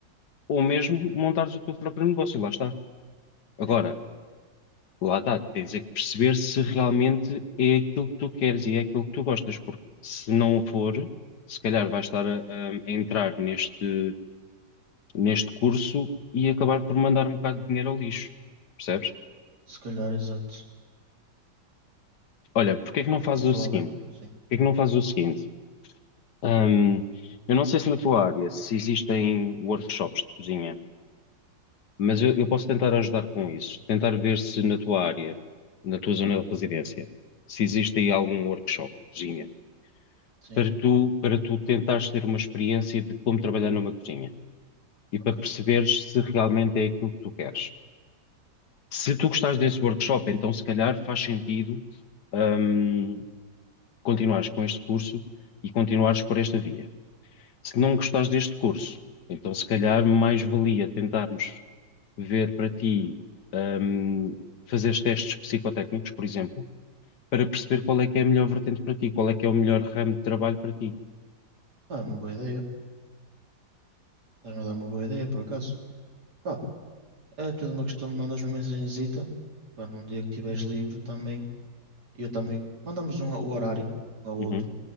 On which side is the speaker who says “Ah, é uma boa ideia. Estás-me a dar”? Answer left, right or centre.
Right